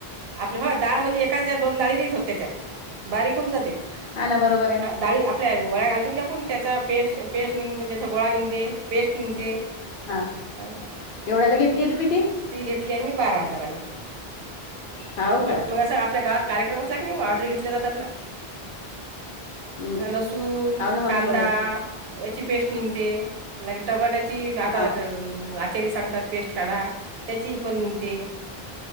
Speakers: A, on the right; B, on the left.
A: <unintelligible> <unintelligible>
B: हा ना बरोबर आहे.
A: <unintelligible>
B: हा,
A: हां
B: केवढ्याला घेतली तुम्ही ती?
A: ती घेतली हे मी बारा हजाराले,
B: हाव
A: म
B: का
A: अस आपल्या गावात कार्यक्रम असला की नी व, ऑर्डरी घेतल्या जातात न
B: हम्म
A: हा, लसून,
B: हाव ना
A: कांदा
B: हो ना बरोबर
A: याची पेस्ट निंघते, लागे टमाट्याची. आता
B: हाव
A: आचारी सांगतात. पेस्ट काढा, त्याची पण निंघते.